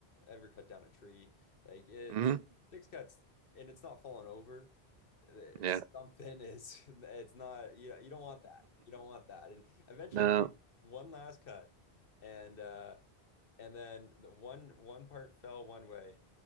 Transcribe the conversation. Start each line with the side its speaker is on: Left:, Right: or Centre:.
Left: ever cut down a tree, like it's
Right: hmm
Left: six cuts and it's not falling over. uh,
Right: Yeah.
Left: Something is <laughs> it's not you you don't want that. You don't want that. And eventually
Right: No.
Left: he made one last cut and uh and then the one one part fell one way,